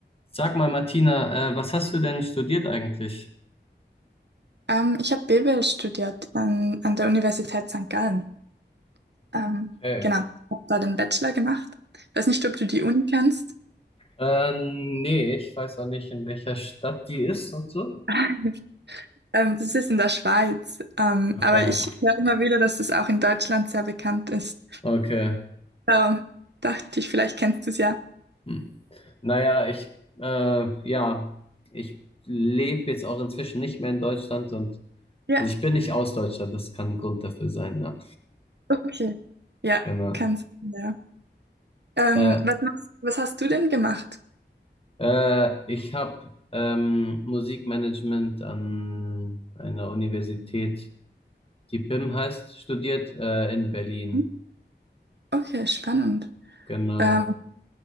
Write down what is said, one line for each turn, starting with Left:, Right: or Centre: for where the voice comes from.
Left: Sag mal, Martina, äh, was hast du denn studiert eigentlich?
Right: Ähm, ich habe BWL studiert an, an der Universität St. Gallen. Ähm,
Left: Okay.
Right: genau, habe da den Bachelor gemacht. Weiß nicht, ob du die Uni kennst.
Left: Äh, nee, ich weiß auch nicht, in welcher Stadt die ist und so.
Right: <laughs> Ähm, das ist in der Schweiz. Ähm,
Left: Okay,
Right: aber ich höre immer wieder, dass das auch in Deutschland sehr bekannt ist.
Left: okay.
Right: So, dachte ich, vielleicht kennst du es ja.
Left: Hm. Naja, ich, äh, ja, ich lebe jetzt auch inzwischen nicht mehr in Deutschland und,
Right: Ja,
Left: also ich bin nicht aus Deutschland, das kann ein Grund dafür sein, ja,
Right: okay. Ja,
Left: genau.
Right: kannst du, ja. Ähm,
Left: Äh,
Right: was machst, was hast du denn gemacht?
Left: äh, ich habe ähm, Musikmanagement an einer Universität, die BIM heißt, studiert, äh, in Berlin.
Right: Mhm. Okay, spannend.
Left: Genau.
Right: Ähm,